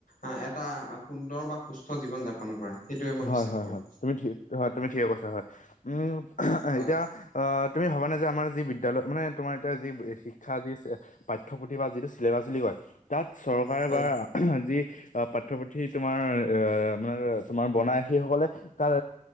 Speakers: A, on the left; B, on the left.
A: আঁ এটা সুন্দৰ বা সুস্থ জীৱন যাপন কৰা। সেইটোৱে মই
B: হয়
A: বিশ্বাস
B: হয়
A: কৰোঁ
B: হয়। তুমি হয় তুমি ঠিক কছা হয়। উম <inaudible>
A: হয়।
B: এতিয়া অ তুমি ভাবা নে? যে আমাৰ যি বিদ্যয়ালয় মানে তোমাৰ এতিয়া যি শিক্ষা যি পাঠ্যপুথি বা যিটো চিলেবাছ বুলি কয়। তাত চৰকাৰে
A: হয়
B: বা যি পাঠ্যয়পুথি তোমাৰ এ মানে তোমাৰ বনাই, সেইসকলে তাত